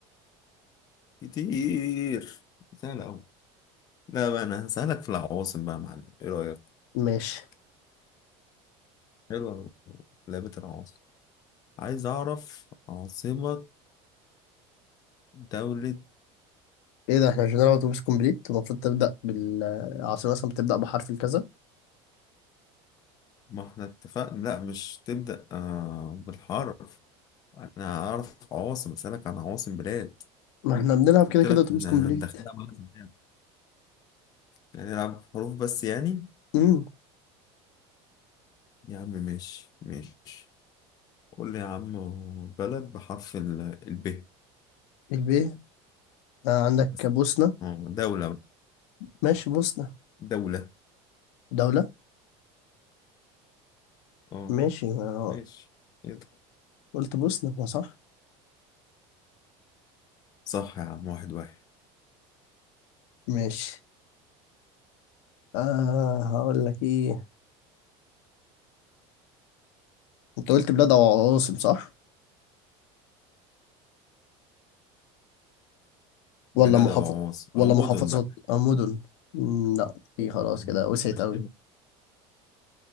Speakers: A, on the left; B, on the left.
A: كتير سهلة اوي لا بقى انا هسألك في العواصم بقى يا معلم ايه رأيك
B: ماشي
A: حلوة لعبة العواصم عايز أعرف عاصمة دولة
B: ايه ده احنا مش بنلعب اتوبيس كومبليت المفروض تبدا بالعاصمه مثلا بتبدا بحرف الكذا
A: ما احنا اتفقنا لا مش تبدأ آه بالحرف أنا هعرف عواصم أسألك عن عواصم بلاد
B: ما احنا بنلعب
A: قلت
B: كده كده
A: لك
B: اتوبيس
A: أنا
B: كومبليت
A: هندخلها مثلا يعني يعني نلعب حروف بس يعني
B: امم
A: يا عم ماشي ماشي قول لي يا عم بلد بحرف ال الب
B: الب آه، عندك
A: بس
B: بوسنه
A: اه دولة بقى.
B: ماشي بوسنه
A: دولة
B: دولة
A: اه
B: ماشي ما
A: ماشي يلا.
B: قلت بوسنة ما صح
A: صح يا عم واحد واحد
B: ماشي آه هقول لك ايه انت قلت بلاد او عواصم صح ولا
A: بلاد
B: محافظ
A: أو عواصم
B: ولا
A: أو مدن
B: محافظات
A: بقى
B: او مدن مم، لا في
A: ممكن.
B: خلاص كده وسعت
A: ماشي
B: قوي